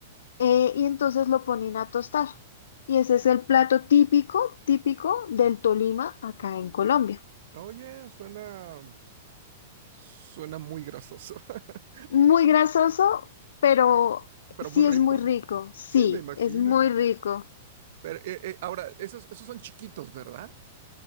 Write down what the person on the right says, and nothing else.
Oye, suena. Suena muy grasoso. <laughs>
Pero
muy rico,
¿no?
Sí, me imagino.
Pero eh, eh, ahora, esos, esos son chiquitos, ¿verdad?